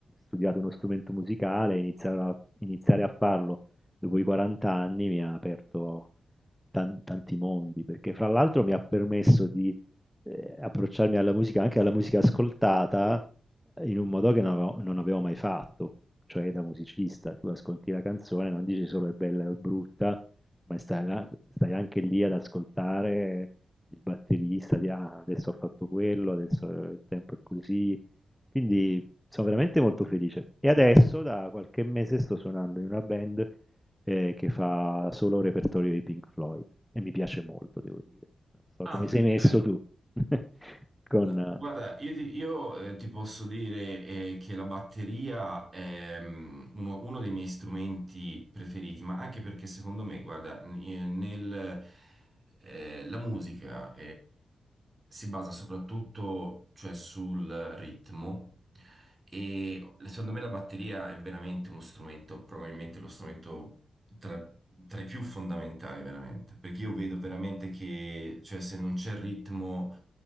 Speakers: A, in the centre; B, on the right.
A: studiato uno strumento musicale, iniziare a, iniziare a farlo dopo i 40 anni mi ha aperto tan- tanti mondi, perché fra l'altro mi ha permesso di eh, approcciarmi alla musica, anche alla musica ascoltata, in un modo che non avevo, non avevo mai fatto, cioè da musicista. Tu ascolti la canzone, non dici solo è bella o è brutta, ma stai, là- stai anche lì ad ascoltare il batterista, di "Ah, adesso ho fatto quello, adesso il tempo è così. Quindi sono veramente molto felice. E adesso da qualche mese sto suonando in una band eh, che fa solo repertorio di Pink Floyd e mi piace molto, devo dire. Non so
B: Ah,
A: come sei messo
B: ecco.
A: tu. <laughs> Con
B: No,
A: eh,
B: Guarda, io, ti, io, eh, ti posso dire eh, che la batteria è mm, uno, uno dei miei strumenti preferiti, ma anche perché secondo me, guarda, n- eh, nel, eh, la musica, si basa soprattutto, cioè, sul ritmo e secondo me la batteria è veramente uno strumento, probabilmente lo strumento tra, tra i più fondamentali, veramente, perché io vedo veramente che, cioè, se non c'è ritmo,